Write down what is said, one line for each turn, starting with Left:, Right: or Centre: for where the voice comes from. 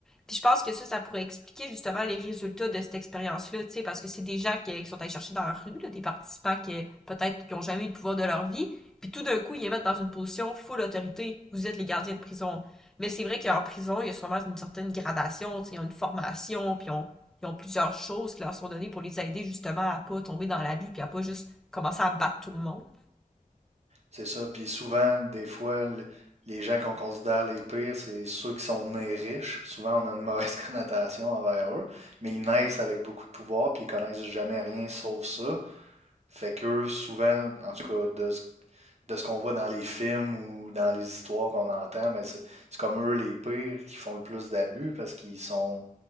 Centre: Puis je pense que ça, ça pourrait expliquer justement les résultats de cette expérience-là, tu sais, parce que c'est des gens qui, qui sont allés chercher dans la rue, là, des participants qui peut-être qui ont jamais eu le pouvoir de leur vie, puis tout d'un coup, ils les mettent dans une position full autorité. Vous êtes les gardiens de prison. Mais c'est vrai qu'en prison, il y a sûrement une certaine gradation, tu sais, ils ont une formation, puis ils ont, ils ont plusieurs choses qui leur sont données pour les aider justement à pas tomber dans l'abus, puis à pas juste commencer à battre tout le monde.
Right: C'est ça. Puis souvent, des fois, le- les gens qu'on considère les pires, c'est ceux qui sont nés riches. Souvent, on a une mauvaise <laughs> connotation envers eux, mais ils naissent avec beaucoup de pouvoir, puis ils connaissent jamais rien sauf ça. Fait qu'eux, souvent, en tout cas, de ce, de ce qu'on voit dans les films ou dans les histoires qu'on entend, ben c'est c'est comme eux les pires qui font le plus d'abus parce qu'ils sont,